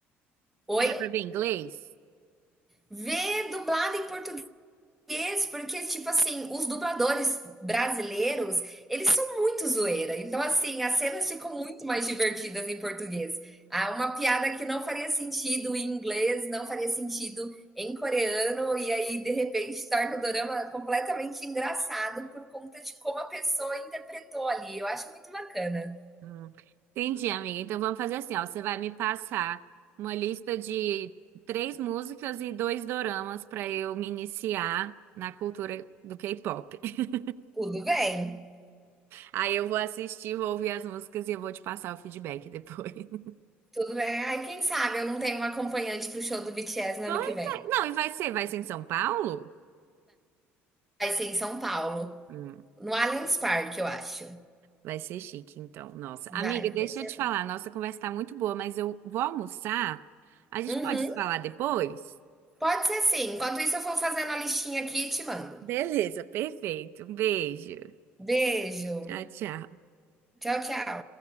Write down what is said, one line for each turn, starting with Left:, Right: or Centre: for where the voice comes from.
Centre: Oi?
Right: Pra ver inglês?
Centre: Ver dublado em português, porque, tipo assim, os dubladores brasileiros, eles são muito zoeira. Então, assim, as cenas ficam muito mais divertidas em português. Ah, uma piada que não faria sentido em inglês, não faria sentido em coreano, e aí, de repente, torna o dorama completamente engraçado por conta de como a pessoa interpretou ali. Eu acho muito bacana.
Right: Hum, Entendi, amiga. Então vamos fazer assim, ó. Você vai me passar uma lista de três músicas e dois doramas pra eu me iniciar na cultura do K-pop. <laughs>
Centre: Tudo bem?
Right: Aí eu vou assistir, vou ouvir as músicas e eu vou te passar o feedback depois. <laughs>
Centre: Tudo bem. Ai, quem sabe eu não tenho uma acompanhante pro show do BTS no
Right: Pois
Centre: ano que vem.
Right: é. Não, e vai ser, vai ser em São Paulo?
Centre: Vai ser em São Paulo.
Right: Hum,
Centre: No Allianz Parque, eu acho.
Right: vai ser chique, então. Nossa,
Centre: Vai,
Right: amiga, deixa
Centre: vai ser.
Right: eu te falar. Nossa conversa tá muito boa, mas eu vou almoçar. A gente
Centre: Uhum.
Right: pode se falar depois?
Centre: Pode ser sim. Enquanto isso, eu vou fazendo a listinha aqui e te mando.
Right: Beleza, perfeito. Um beijo.
Centre: Beijo.
Right: Tchau, tchau.
Centre: Tchau, tchau.